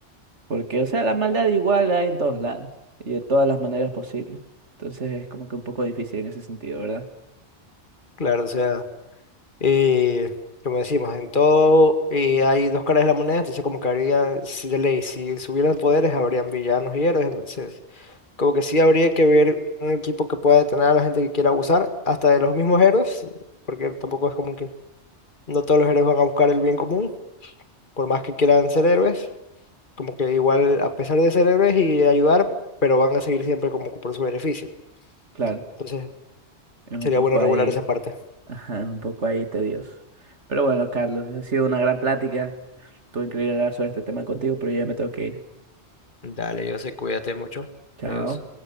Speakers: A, on the right; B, on the left.
A: porque, o sea, la maldad igual la hay en todos lados y de todas las maneras posibles. Entonces es como que un poco difícil en ese sentido, ¿verdad?
B: Claro, o sea, eh, como decimos, en todo eh, hay dos caras de la moneda, entonces como que habría, si de ley, si subieran poderes, habrían villanos y héroes, entonces como que sí habría que ver un equipo que pueda detener a la gente que quiera abusar, hasta de los mismos héroes, porque tampoco es como que no todos los héroes van a buscar el bien común, por más que quieran ser héroes. como que igual, a pesar de ser héroes y de ayudar, pero van a seguir siempre como que por su beneficio.
A: Claro,
B: Entonces,
A: es un
B: sería
A: poco
B: bueno regular
A: ahí,
B: esa parte.
A: <laughs> ajá, es un poco ahí tedioso. Pero bueno, Carlos, ha sido una gran plática. Estuvo increíble hablar sobre este tema contigo, pero yo ya me tengo que ir.
B: Dale, yo sé, cuídate mucho.
A: Chao.
B: Adiós.